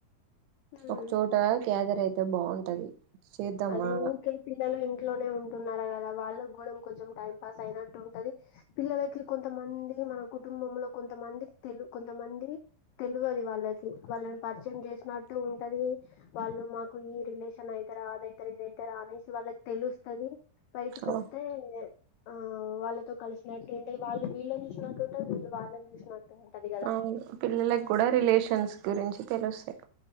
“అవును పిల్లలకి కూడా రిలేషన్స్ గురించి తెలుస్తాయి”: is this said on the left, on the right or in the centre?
Right